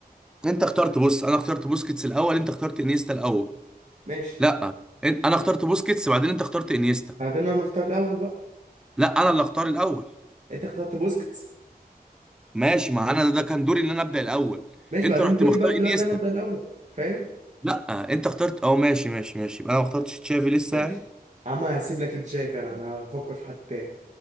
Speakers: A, in the centre; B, on the right.
A: انت اخترت بص انا اخترت بوسكيتس الاول انت اخترت انيستا الاول
B: ماشي
A: لا ان- انا اخترت بوسكيتس بعدين انت اخترت انيستا
B: بعدين انا اختار الاول بقى
A: لا انا اللي اختار الاول
B: انت اخترت بوسكيتس
A: ماشي ما انا ده كان دوري ان انا ابدا الاول
B: ماشي
A: انت
B: بعدين
A: رحت
B: دوري
A: مختار
B: بقى دلوقتي
A: انيستا
B: انا ابدا الاول فاهم
A: لا انت اخترت اه ماشي ماشي ماشي يبقى انا ما اخترتش تشافي لسه
B: ماشي
A: يعني
B: يا عم هسيب لك تشافي انا انا هفكر في حد تاني